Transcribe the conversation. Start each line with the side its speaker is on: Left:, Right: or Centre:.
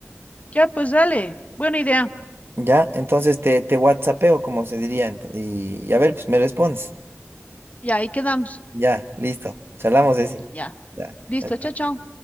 Left: Ya, pues dale. Buena idea.
Right: ¿ya? Entonces te, te WhatsAppeo, como se diría, ent- y, y a ver, pues me respondes.
Left: Y ahí quedamos.
Right: Ya, listo. Charlamos, Ceci.
Left: Ya.
Right: Ya,
Left: Listo,
Right: chao, chao.
Left: chao, chao.